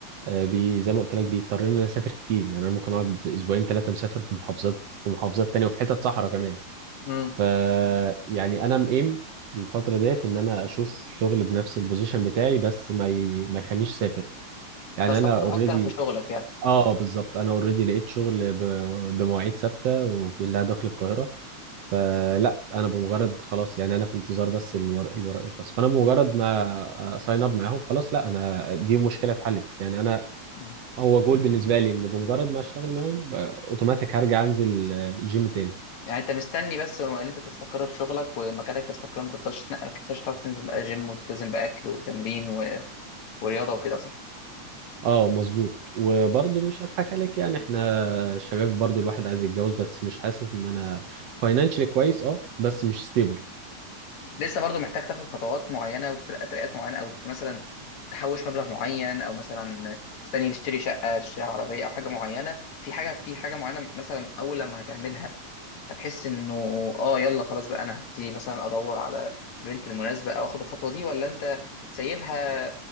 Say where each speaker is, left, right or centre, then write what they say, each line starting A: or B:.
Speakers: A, on the right; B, on the left.
A: آه، بي زي ما قلت لك بيضطرني اني اسافر كتير يعني انا ممكن اقعد اسبوعين ثلاثه مسافر في محافظات في محافظات تانية وفي حتت صحراء كمان
B: امم
A: ف يعني انا مقيم الفتره ديت ان انا اشوف شغل بنفس البوزيشن بتاعي بس ما ي... ما يخلينيش اسافر يعني
B: تستقر
A: انا اوريدي
B: اكتر في شغلك يعني
A: اه بالظبط انا اوريدي لقيت شغل ب... بمواعيد ثابته وكلها داخل القاهره فلا انا بمجرد خلاص يعني انا في انتظار بس الورق الورق يخلص فانا بمجرد ما ساين اب معاهم خلاص لا انا دي مشكله اتحلت يعني انا
B: مم.
A: هو جول بالنسبه لي ان بمجرد ما اشتغل معاهم آه، اوتوماتيك هرجع انزل آه، الجيم تاني
B: يعني انت مستني بس ان انت تستقر في شغلك ومكانك يستقر ما تفضلش تتنقل كتير عشان تعرف تنزل بقى جيم وتلتزم باكل وتمرين و- ورياضه وكده صح
A: اه مظبوط وبرضه مش هضحك عليك يعني احنا شباب برضه الواحد عايز يتجوز بس مش حاسس ان انا فاينانشلي كويس اه بس مش ستيبل
B: لسه برضو محتاج تاخد خطوات معينه وترقيات معينه او مثلا تحوش مبلغ معين او مثلا مستني تشتري شقه تشتري عربيه او حاجه معينه في حاجه في حاجه معينه مثلا اول لما هتعملها هتحس انه اه يلا خلاص بقى انا هبتدي مثلا ادور على البنت المناسبه او اخد الخطوه دي ولا انت سايبها